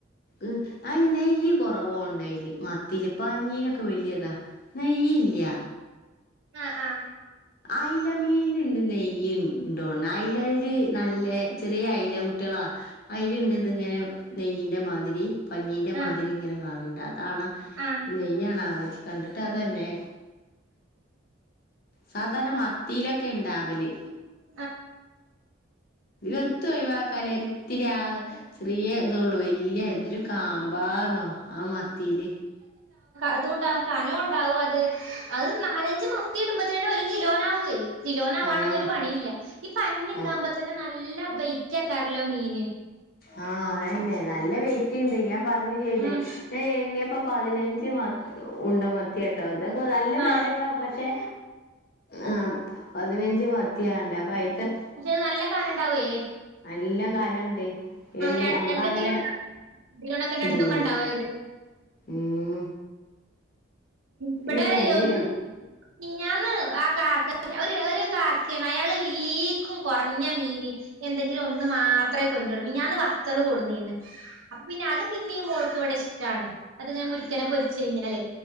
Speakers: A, on the left; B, on the right.
A: ഉ അ നെയ്യ് കുറവോണ്ടായില് മ- തിലപ്പഞ്ഞീനൊക്കെ വലിയതാ നെയ്ല്ല
B: ആആ
A: അയിലമീനിന്നുണ്ട് നെയ്യ് ഉണ്ടോല അതില് നല്ല ചെറിയ അല കുട്ടികളാ അയില ഇണ്ട് ഇങ്ങനെ നെയ്യിൻ്റെ മാതിരി പഞ്ഞീൻ്റെ
B: ആ
A: മാതിരി ഇങ്ങനെ കാണണ്ട് ആണ്
B: ആ
A: നെയ്യാണാ കണ്ടിട്ട് അതന്നെ സാധാരണ മത്തിലൊക്കെ ഉണ്ടാവല്
B: മം
A: എത്ത് ഒഴിവാക്കാല്ല രിത്തിരി ആഹ് ചെറിയ ഇതള്ളു വല്യ എന്തുരു കാം ബാന്നോ ആ മത്തില്
B: അതുംണ്ടാവും കനോണ്ടാവും അത് അഹ് നാലഞ്ജ് മത്തി ഇടുമ്പത്തേനു ഒരു കിലോനാവേ തിലോനാവാനൊന്നൊരു
A: ആഹ്
B: പണിയില്ല. ഇപ്പഞ്ഞി ണ്ടാഉമ്പതന്നെ
A: അത്
B: നല്ല വെയി ച്ച കര്ലോ മീന്
A: ആ അതന്നെ, നല്ല വെയിറ്റിണ്ട് ഞാൻ പറഞ്ഞ് ചെയ്ത്,
B: ഉം
A: ഞാൻ എണ്ണിയപ്പ പതിനഞ്ച് <unintelligible> മത് ഉണ്ട മത്തിയാട്ടോ ഇതൊക്കെ നല്ല
B: ആ
A: വെല ഇണ്ടാവും പ ക്ഷേ ആഹ് പതിനഞ്ച് മത്തിയാണ്ട് അപ്പ അയ്
B: പക്ഷെ അത് നല്ല കനണ്ടാവേ
A: നല്ല കനണ്ട് എണ്ണി
B: രണ്ട്
A: നമ്മളങ്ങനെ
B: രണ്ട് കിലോ കിലോനൊക്കെ
A: ഉം
B: അടുത്തൊക്കെ ഉണ്ടാവും ഏകദേശം
A: ഉം
B: ഇവടെ
A: പിന്നെ ബലിയ
B: ഒന്ന് മിഞ്ഞാന്ന് ആ കാക്ക ഒര് ഒരു കാക്കയാണ് അയാള് ഇല്ലിക്കും കൊറഞ്ഞ മീന് എന്തെങ്കിലും ഒന്ന് മാത്രേ കൊണ്ടരൂ മീൻ മിഞ്ഞാന്ന് വത്തള് കൊടുന്നീന്ന്, അപ്പൊ പിന്നെ അത് പിന്നേം മോൾക്ക് ഇവടെ ഇഷ്ടാണ്, അതിങ്ങനെ മുരിക്കനെ പൊരി ച്ചെയ്ഞ്ഞാലേ